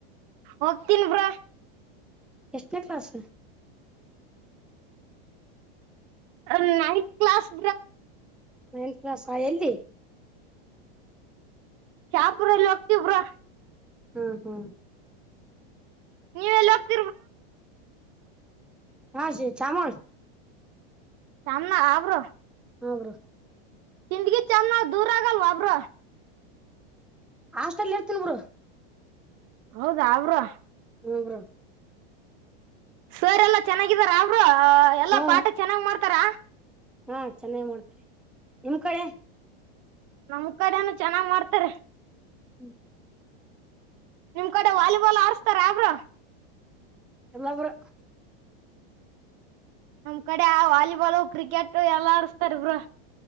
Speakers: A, on the right; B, in the centre.
A: ಒ ತಿನ್ ಪ್ರ
B: ಎಷ್ಟನೇ ಕ್ಲಾಸ್
A: ನ ಕ್ಲಸ್
B: ನೈನ್ತ್ ಕ್ಲಾಸ್ ಎಲ್ಲಿ
A: ಶಾಪುರ ಎಲ್ಲಿ ಹೋಗ್ತವ್ರಾ
B: ಹ್ಮ್ ಹ್ಮ್
A: ನೀವಲ್ಲ ಹತ
B: ಹಾ ಸ ಚಾಮಳ
A: ಶಾಮ ನ ಅವ್ರ
B: ಹರು
A: ಹಿಂದ್ಗಿ ಚನ್ನ ದೂರ ಆಗಲ್ವಾಬ್ರ
B: ಹಾಸ್ಟೆಲ್ ಇರ್ತನ್ ಬರು
A: ಹೌದಾ ಅವರು
B: ಹ್ಮ ಹ
A: ಸರ್ ಎಲ್ಲಾ ಚೆನ್ನಾಗಿದಾರ ಅವರು ಎಲ್ಲಾ
B: ಹಾ
A: ಪಾಠ ಚೆನ್ನಾಗ್ ಮಾಡ್ತಾರ
B: ಹಾ ಚೆನ್ನಾಗ್ ಮಾಡೋಡ್ತಾರೆ ನಿಮ್ ಕಡೆ
A: ನಮ್ ಕಡೆನು ಚೆನ್ನಾಗ್ ಮಾಡ್ತಾರೆ
B: ಹ್ಮ್
A: ನಿಮ್ ಕಡೆ ವಾಲಿಬಾಲ್ ಆರ್ಸ್ತಾರಬ್ರ
B: ಎಲ್ಲರು
A: ನಮ್ ಕಡೆ ಆ ವಾಲಿಬಾಲ್ ಕ್ರಿಕೆಟ್ ಎಲ್ಲಾ ಅರ್ಸ್ತಾರ್ಬ್ರ